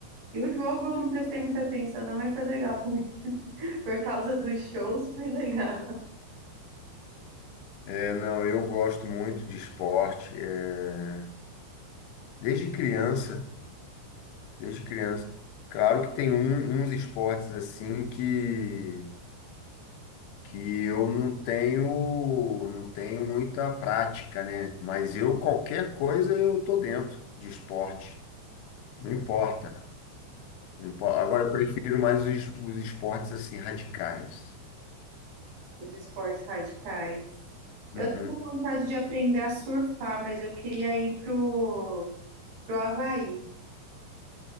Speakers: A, on the right; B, on the left.
A: E o jogo eu não prestei muita atenção, não, mas foi legal também. <laughs> Por causa dos shows, foi legal.
B: É, não, eu gosto muito de esporte, é, desde criança, desde criança. Claro que tem um- uns esportes assim que que eu não tenho não tenho muita prática, né? Mas eu qualquer coisa eu tô dentro de esporte. Não
A: Sim,
B: importa. Não impo- Agora eu prefiro mais os, es- os esportes assim radicais.
A: Os esportes radicais. Eu
B: Uhum.
A: tenho vontade de aprender a surfar, mas eu queria ir pro, pro Havaí.